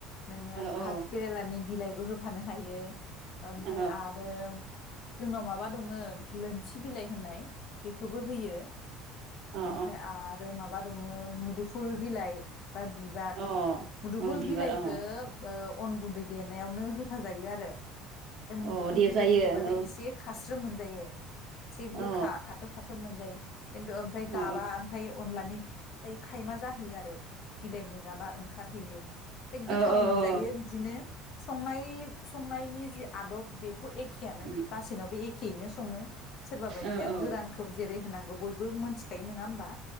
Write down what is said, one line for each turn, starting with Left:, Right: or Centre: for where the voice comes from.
Left: नोङो
Right: औ
Left: भात
Right: औ
Left: केरेलानि बिलाइ बेबो होफानो हायो ओमफ्राय
Right: अ
Left: आरो जोंनाव माबा दङ लोनथि बिलाइ होननाय बेखौबो होयो
Right: अ
Left: ओमफ्राय आरो माबा दङ मुदु फुल बिलाइ बा बिबार
Right: अ
Left: मुदुफुर
Right: अ बिबार
Left: बिलाइखौ
Right: अ
Left: अन गुन्दै देनायावनो होफाजायो आरो म
Right: अ
Left: मुफुल
Right: दे
Left: बिलाइखौ
Right: जायो
Left: होबाथाय
Right: औ
Left: एसे खास स्रो मोनजायो एसे
Right: अ
Left: गोखा
Right: औ
Left: खाथोब खाथोब मोन जायो खिन्थु ओमफ्राय
Right: औ
Left: गाबा ओमफ्राय अनलानि <unintelligible> थाइमा जाहैयो आरो बिलाइनि गाबा ओंखारहोयो बे गोथाव
Right: औ
Left: मोनजायो
Right: औ
Left: बिदिनो संनाय संनायनि जि आदब बे एखेयानो
Right: उम
Left: गासैनाबो ए खेनो सङो सोरबा बायदिया
Right: औ औ
Left: गोरानखौ जेरै होनांगौ बयबो मोनथिखायो नङा होमबा